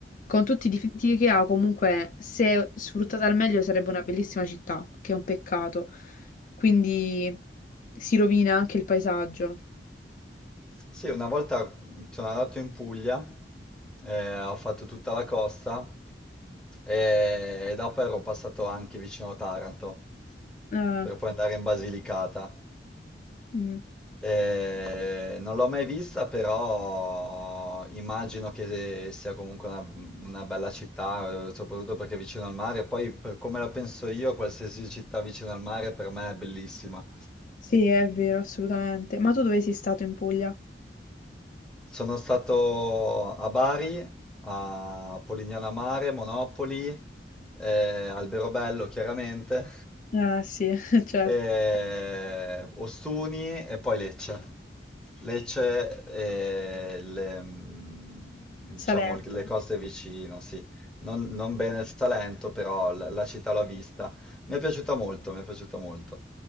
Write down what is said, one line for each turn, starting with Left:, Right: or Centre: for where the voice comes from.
Left: con tutti i difetti che ha, comunque se sfruttata al meglio sarebbe una bellissima città, che è un peccato. Quindi si rovina anche il paesaggio.
Centre: Sì, una volta sono andato in Puglia, eh, ho fatto tutta la costa e, e dopo ero passato anche vicino Taranto
Left: Ah,
Centre: per poi andare in Basilicata.
Left: mm.
Centre: Eh, non l'ho mai vista, però immagino che sia comunque una, una bella città, eh, soprattutto perché è vicino al mare. Poi, per come la penso io, qualsiasi città vicino al mare per me è bellissima.
Left: Sì, è vero, assolutamente. Ma tu dove sei stato in Puglia?
Centre: Sono stato a Bari, a Polignano a Mare, Monopoli, eh, Alberobello chiaramente.
Left: Ah, sì, <laughs> certo.
Centre: Eh, Ostuni e poi Lecce. Lecce e le, mm, diciamo
Left: Salento.
Centre: le cose vicino, sì. Non, non bene il Salento, però la, la città l'ho vista. Mi è piaciuta molto, mi è piaciuta molto.